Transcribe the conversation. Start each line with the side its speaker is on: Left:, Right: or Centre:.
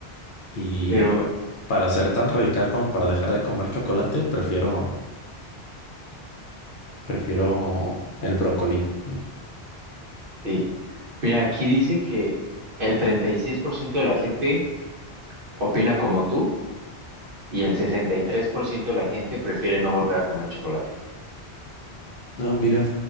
Left: Y
Right: Pero
Left: para ser tan radical como para dejar de comer chocolate, prefiero, prefiero el brócoli. No,
Right: sí. Mira, aquí dice que el 36% de la gente opina como tú y el 63% de la gente prefiere no volver a comer chocolate.
Left: no, mira,